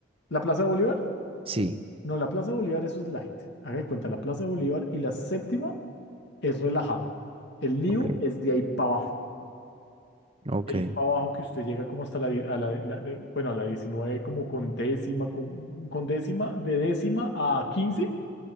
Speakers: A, on the left; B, on the right.
A: ¿La Plaza de Bolívar?
B: sí,
A: No, la Plaza de Bolívar, eso es light. Haga de cuenta, la Plaza de Bolívar y la séptima es relajado. El lío
B: ok,
A: es de ahí para abajo.
B: ok.
A: De ahí para abajo que usted llega como hasta la, di- a la- la- la- bueno, a la 19 como con décima, con, con décima, de décima a 15,